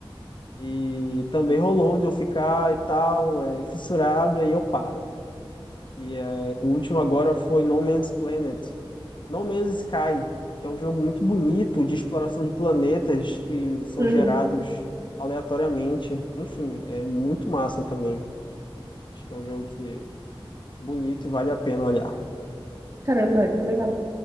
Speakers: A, on the left; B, on the right.
A: E também rolou de eu ficar e tal, é, fissurado, aí eu paro. E é, o último agora foi No Man's Planet. No Man's Sky, que é um jogo muito bonito de exploração de planetas que são
B: Uhum.
A: gerados aleatoriamente. Enfim, é muito massa também. Acho que é um jogo que é bonito e vale a pena olhar.
B: Caramba, que legal.